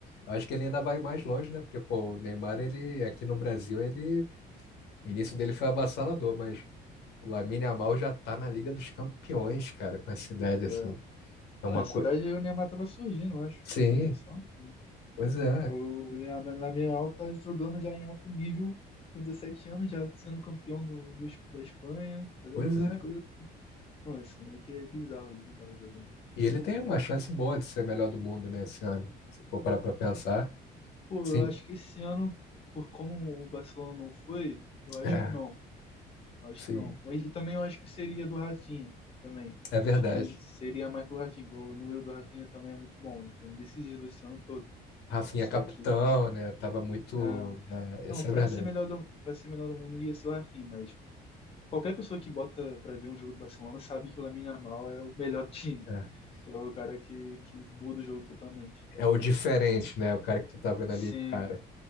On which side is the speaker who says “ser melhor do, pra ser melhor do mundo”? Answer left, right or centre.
Left